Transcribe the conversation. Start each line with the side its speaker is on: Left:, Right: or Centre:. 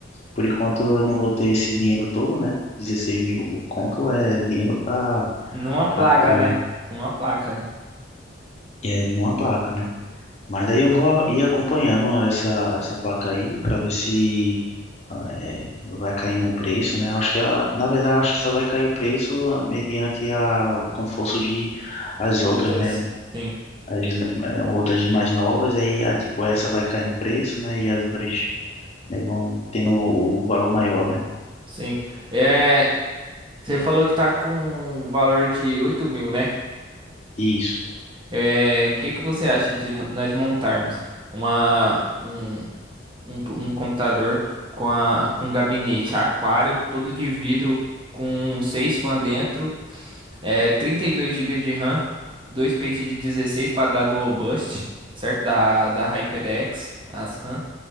Left: por enquanto eu não vou ter esse dinheiro todo, né? 16 mil conto é dinheiro pra,
Right: Numa
Left: pra
Right: placa,
Left: caramba.
Right: né? Numa placa, né?
Left: E é numa placa, né? Mas daí eu vou ir acompanhando essa, essa placa aí para ver se eh, vai caindo o preço, né? Acho que ela, na verdade, eu acho que só vai cair o preço ah, mediante a quando for surgir as
Right: Outras.
Left: outras, né?
Right: Sim,
Left: As eh, outras mais novas, aí a, tipo essa vai cair no preço, né? E as outras né, vão tendo o valor maior, né?
Right: sim. É, você falou que tá com um valor de 8 mil, né?
Left: Isso.
Right: É, que que você acha de mo- nós montarmos uma, um, um, um computador com, a, com gabinete aquário, todo de vidro, com seis fãs dentro, é, 32 gigas de RAM, dois pentes de 16 para dar dual boost, certo? Da, da HyperX, as RAM.